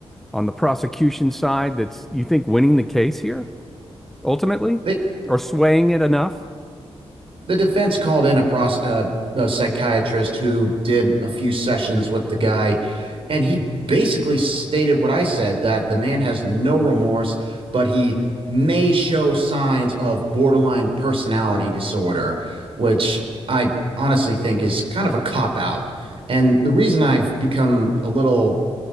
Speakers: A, in the centre; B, on the right.
A: on the prosecution side that's you think winning the case here ultimately,
B: They
A: or swaying it enough?
B: the defense called in a, pros- uh, a psychiatrist who did a few sessions with the guy, and he basically stated what I said that the man has no remorse, but he may show signs of borderline personality disorder, which I honestly think is kind of a cop out. And the reason I've become a little